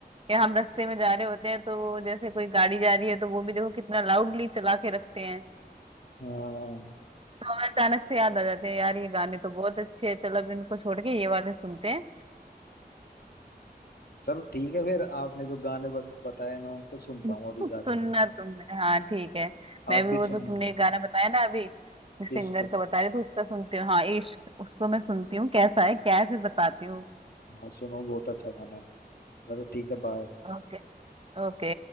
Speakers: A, on the right (about 35°); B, on the left (about 70°).
A: या हम रास्ते में जा रहे होते हैं तो वो जैसे कोई गाड़ी जा रही है तो वो भी देखो कितना लाउडली चला के रखते हैं
B: हाँ
A: तो हमें अचानक से याद आ जाते हैं यार ये गाने तो बहुत अच्छे हैं चलो अब इनको छोड़ के ये वाले सुनते हैं
B: चलो ठीक है फिर आपने जो गाने बत- बताए मैं उनको सुनता
A: <laughs>
B: हूँ अभी जाके
A: सुनना
B: है ना
A: तुमने हाँ ठीक है
B: आप
A: मैं भी
B: भी
A: वो
B: सुनो
A: तो तुमने एक गाना बताया ना अभी जिस सिंगर
B: इश्क
A: का बता रहे थे उसका सुनती हूँ हाँ इश्क उसको मैं सुनती हूँ कैसा है क्या है फिर बताती हूँ
B: हाँ सुनो बहुत अच्छा गाना है चलो ठीक है बाय
A: ओके ओके